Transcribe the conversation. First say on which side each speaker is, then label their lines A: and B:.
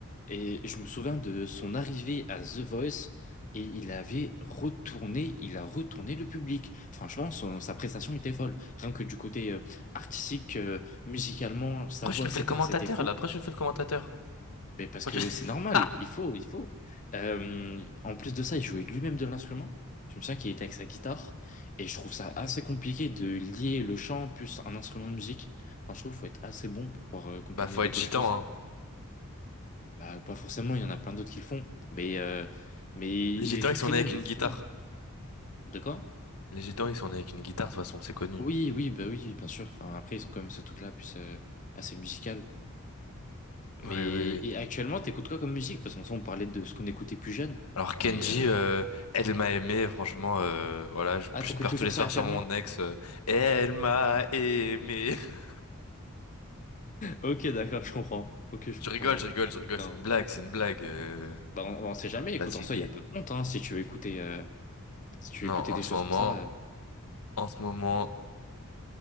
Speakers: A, on the left; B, on the left.
A: et je me souviens de son arrivée à The Voice et il avait retourné, il a retourné le public. Franchement, son- sa prestation était folle. Rien que du côté euh, artistique, euh, musicalement, sa
B: Pourquoi
A: voix,
B: je nous
A: etc.,
B: fais le commentateur,
A: c'était fou.
B: là? Pourquoi je nous fais le commentateur?
A: Mais parce
B: Pourquoi
A: que
B: je-
A: c'est normal,
B: <laughs>
A: il faut, il faut. Euh, en plus de ça, il jouait lui-même de l'instrument. Je me souviens qu'il était avec sa guitare. Et je trouve ça assez compliqué de lier le chant plus un instrument de musique. Enfin, je trouve qu'il faut être assez bon pour pouvoir euh, combiner
B: Bah, faut
A: les
B: être
A: deux
B: gitan,
A: choses.
B: hein.
A: Bah, pas forcément, il y en a plein d'autres qui le font. Mais, euh, mais
B: Les
A: il
B: gitans,
A: était
B: ils
A: très
B: sont nés
A: bon,
B: avec
A: il
B: une
A: était
B: guitare.
A: très bon. De quoi?
B: Les gitans, ils sont nés avec une guitare, de toute façon, c'est connu.
A: Oui, oui, bah oui, bien sûr. Enfin, après, ils sont quand même ce truc-là, plus euh, assez musical. Mais
B: Oui, oui, oui.
A: et actuellement, t'écoutes quoi comme musique? Parce qu'en soi, on parlait de ce qu'on écoutait plus jeune.
B: Alors Kenji,
A: Mais euh,
B: euh, elle m'a aimé, franchement, euh, voilà, je,
A: ah, t'écoutes
B: je pleure
A: toujours
B: tous les
A: ça
B: soirs
A: actuellement?
B: sur mon ex. euh, elle m'a aimé. <laughs>
A: Ok, d'accord, je comprends. Ok, je
B: Je
A: comprends
B: rigole,
A: mieux.
B: je rigole, je rigole,
A: Non,
B: c'est une blague, c'est une blague. euh,
A: bah, on, on sait jamais. Écoute,
B: fatigué.
A: en soi, il n'y a pas de honte, hein, si tu veux écouter, euh, si tu
B: Non,
A: veux écouter
B: en
A: des choses
B: ce moment,
A: comme ça. euh.
B: en ce moment,